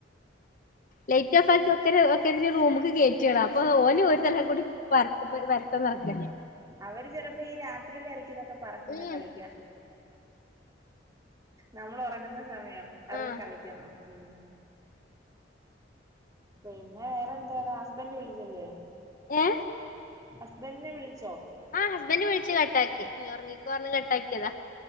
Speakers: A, on the left; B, on the right.
A: ലൈറ്റ് ഓഫ് ആക്കി ഒക്ക ഒക്കെതിനെ റൂമിക്ക് കേറ്റാണ് അപ്പൊ ഓനൊരു തലേ കൂടി പര്ത്ത് വര്ത്ത നടക്ക.
B: അവര് ചെലപ്പോ ഈ രാത്രിയിലായിരിക്കും ഇതൊക്കെ പറക്കുന്ന
A: ഉം
B: കളിക്ക നമ്മളൊറങ്ങുന്ന സമയം അവർക്ക്
A: ആഹ്
B: കളിക്കണം. ഉം പിന്നെ വേറെന്ത ഹസ്ബൻഡ് വിളിച്ചില്ലേ.
A: ഏഹ്.
B: അസ്ബന്റ്നെ വിളിച്ചോ.
A: ആഹ് ഹസ്ബൻഡന്റ് വിളിച്ച് കട്ടാക്കി നീ ഉറങ്ങിക്കോ അർഞ് കട്ടാക്കീതാ.